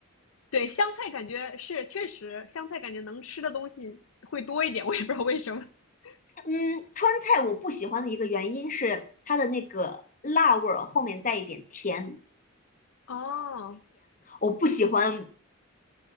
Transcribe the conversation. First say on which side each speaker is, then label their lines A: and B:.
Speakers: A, on the left (about 75°); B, on the left (about 40°).
A: 对，湘菜感觉是确实，湘菜感觉能吃的东西会多一点，我也不知道为什么。<laughs>
B: 嗯，川菜我不喜欢的一个原因是它的那个辣味儿后面带一点甜，
A: 哦，
B: 我不喜欢